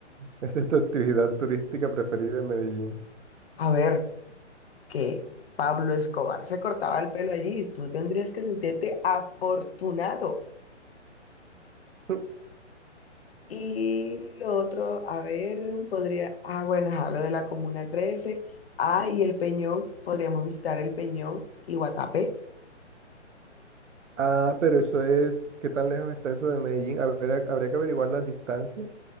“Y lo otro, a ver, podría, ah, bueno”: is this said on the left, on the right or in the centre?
Left